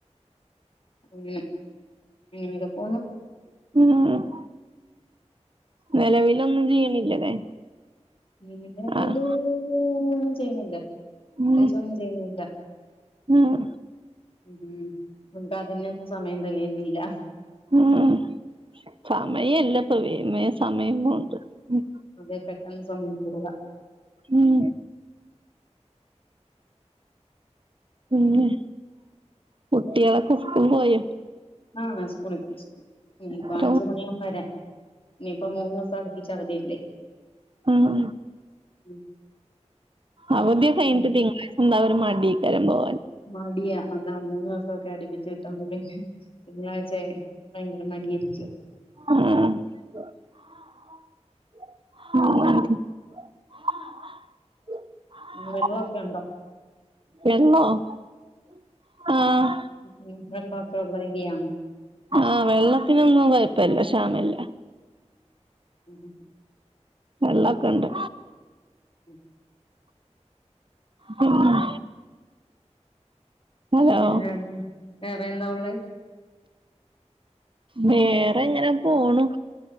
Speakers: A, on the left; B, on the right.
A: ഉം ഉം ഇതൊക്കൊന്നു-
B: ഉം. നിലവിലൊന്നും ചെയ്യണില്ലല്ലേ.
A: നിലവല്
B: ആഹ്
A: <unintelligible> ചെയ്യുന്നില്ല അത്യാശ്യം
B: ഉം
A: ഒന്നും ചെയ്യുന്നില്ല
B: ഉം.
A: ഉം ഉം <unintelligible> അതിനൊന്നും സമയം തെകയുന്നില്ല
B: ഉം സമയല്ല ഇപ്പൊ വേമേ സമയം പോണ്ട്. ഉം
A: അതെ പെട്ടെന്ന് സമയം പോവ
B: ഉം പിന്നെ കുട്ടികളൊക്കെ സ്കൂൾ പോയ.
A: ആഹ് സ്കൂളി പോയി സ്കൂളി പോ ന ഇപ്പ
B: എത്ര
A: അഞ്ചച് മണിവും വരൻ ഇനിയിപ്പ മൂന്ന് ദിവസം അടുപിച് അവധിയല്ലേ
B: ഉം ഉ
A: ഉം
B: അവധി ഒക്കെ കഴിഞ്ഞട്ട്
A: ഉം.
B: തിങ്കളായിച ഉടവും ഒരു മടിക്കരം. പോ
A: മടിയാ അതാ മൂന്ന് ദിവസംക്കെ അടിപ്പിച്ചച്ച് കിട്ട്പ പിന്നെ തിങ്കളാഴ്ച ഭയങ്കര മഠിയരിക്കും.
B: ആഹ് ആഹ് <unintelligible>
A: ഉം, വെള്ളമൊക്കെ ഉണ്ടോ
B: ആഹ
A: <unintelligible>
B: ആഹ വെള്ളത്തിനൊന്നും കുഴപ്പല്ല ശ്യമല്ല.
A: ഉം ഉം
B: വെള്ളൊക്കെ ഉണ്ട്.
A: ഉം.
B: പിന്നെ ഹലോ
A: പിന്നെ വേറെ എന്താ ഉള്ളത്.
B: വേറെ എങ്ങനാ പോണൂ.